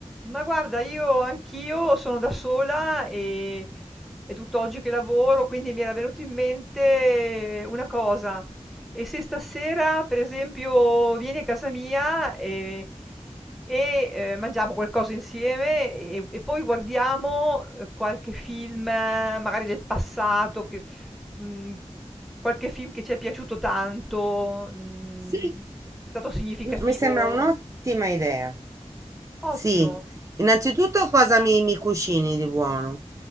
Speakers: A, in the centre; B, on the right.
A: Ma guarda, io anch'io sono da sola e è tutt'oggi che lavoro, quindi mi era venuto in mente una cosa. E se stasera, per esempio, vieni a casa mia e, e, eh, mangiamo qualcosa insieme e, e poi guardiamo eh, qualche film, eh, magari del passato, che- mm, qualche film che ci è piaciuto tanto, mm,
B: Sì,
A: è stato significativo.
B: Mi sembra un'ottima idea. Sì,
A: Ottimo.
B: innanzitutto cosa mi, mi cucini di buono?